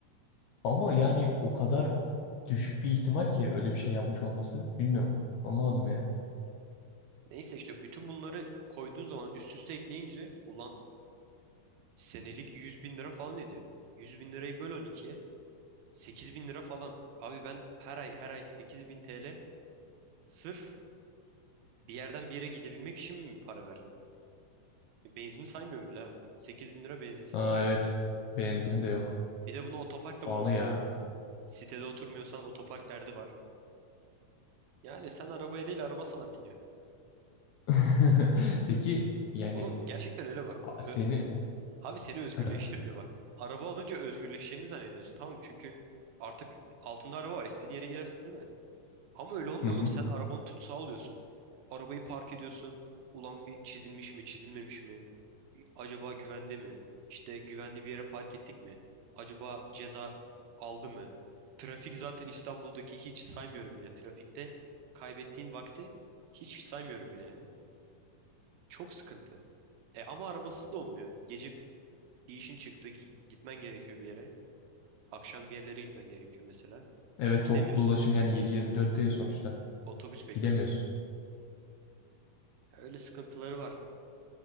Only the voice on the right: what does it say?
neyse işte bütün bunları koyduğun zaman üst üste ekleyince ulan senelik 100 bin lira falan ediyor. 100 bin lirayı böl on ikiye. 8 bin lira falan. Abi ben her ay her ay 8 bin TL sırf bir yerden bir yere gidebilmek için mi para verdim? Benzini saymıyorum bile ha. 8 bin lira benzinsiz
hali.
Bir de bunu otoparkta
bulman
lazım. Sitede oturmuyorsan otopark derdi var. Yani sen arabaya değil araba sana biniyor.
Oğlum gerçekten öyle bak.
Ö- abi seni özgürleştirmiyor
bak. Araba alınca özgürleşeceğini zannediyorsun tamam mı? Çünkü artık altında araba var. İstediğin yere girersin değil mi? Ama öyle olmuyor
oğlum. Sen arabanı tutsağı alıyorsun. Arabayı park ediyorsun. Ulan bir çizilmiş mi, çizilmemiş mi? Acaba güvende mi? İşte güvenli bir yere park ettik mi? Acaba ceza aldı mı? Trafik zaten İstanbul'daki hiç saymıyorum bile. Trafikte kaybettiğin vakti hiç saymıyorum bile yani. Çok sıkıntı. E ama arabasız da olmuyor. Gece bir işin çıktı, gi- gitmen gerekiyor bir yere. Akşam bir yerlere gitmen gerekiyor mesela.
demiyorsun
Otobüs bekliyorsun.
Ya Öyle sıkıntıları var.